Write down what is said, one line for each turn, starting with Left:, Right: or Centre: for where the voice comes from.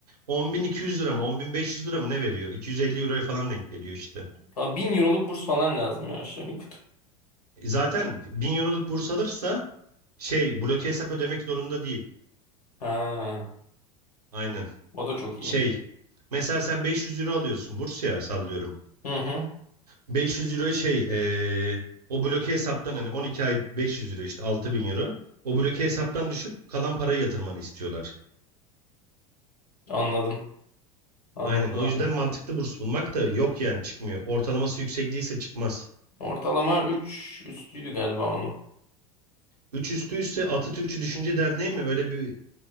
Right: 10.200 lira mı 10.500 lira mı ne veriyor? 250 euroya falan denk geliyor işte.
Left: Ha, 1000 euroluk burs falan lazım ya <laughs> aşağı yukarı.
Right: E Zaten 1000 euroluk burs alırsa şey bloke hesap ödemek zorunda değil.
Left: Ha,
Right: Aynen.
Left: o da çok iyiymiş.
Right: Şey mesela sen 500 euro alıyorsun burs ya sallıyorum.
Left: Hı hı,
Right: 500 euroyu şey eee, o bloke hesaptan hani 12 ay 500 euro işte 6000 euro. O bloke hesaptan düşüp kalan parayı yatırmanı istiyorlar.
Left: anladım. Anladım
Right: Aynen. O
Left: abi.
Right: yüzden mantıklı burs bulmak da yok yani çıkmıyor. Ortalaması yüksek değilse çıkmaz.
Left: Ortalama 3 üstüydü galiba onun.
Right: Üç üstüyse Atatürkçü Düşünce Derneği mi? Öyle bir